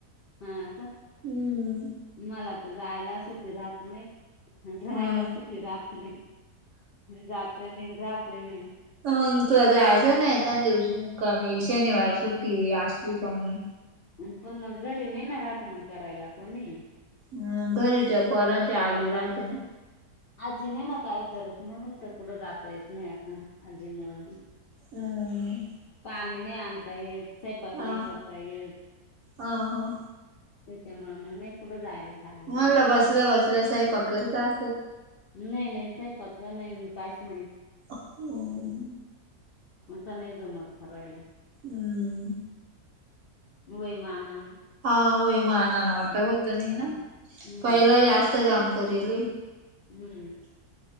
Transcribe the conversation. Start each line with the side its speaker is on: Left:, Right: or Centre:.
Left: हा का
Right: हम्म
Left: मला तू जायला सुट्टी राहत नाही. राहायला
Right: ह
Left: सुट्टी राहात नाही जात हि नाही राहत हि नाही.
Right: मग तू जायचं नायी का येकान दिवशी मुक्कामी शनिवार सुट्टी असली का म्हण.
Left: अन पण मग घरी नाही ना रात मग करायला कोणी.
Right: हम् घरी त्या पोरांच्या आई राहते ना.
Left: आजी नाही ना काय करत म्हणून तर कुढं जाता येत नाही आजी मुळ,
Right: हम्म
Left: पाणी नाही आणता येत. स्वयंपाक
Right: हा
Left: नाही करता येत,
Right: हा हा
Left: त्याच्यामुळ मग नाही कुठं जायला जायला
Right: म्हणलं
Left: देत
Right: बसल्या बसल्या स्वयंपाक करीत असत.
Left: नाही नाही स्वयंपाकच नाही न काहीच नाही.
Right: हम्.
Left: मनता नाई जमत करायला.
Right: हम्म.
Left: वय मानान
Right: हा वय मानान आता होत नाही ना
Left: का हम्म
Right: पहिला जास्त काम करीले.
Left: हम्म.